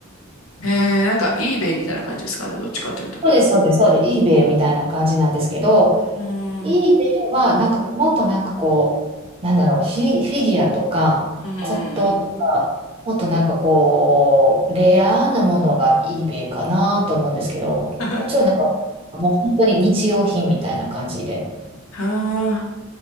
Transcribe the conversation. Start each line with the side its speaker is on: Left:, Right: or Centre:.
Left: えー、なんか eBay みたいな感じですかね、どっちかというと。
Right: そうです、そうです、そうです。eBay みたいな感じなんですけど、
Left: うん。
Right: イーベイは、
Left: うん
Right: なんか、もっとなんかこう、なんだろう、フィ、フィギュアとか、
Left: うん
Right: 骨董とか、
Left: うん。
Right: もっとなんかこう、レアなものがイーベイかなと思うんですけど、
Left: <laughs>
Right: こっちはなんか、もう本当に日用品みたいな感じで。
Left: はあ、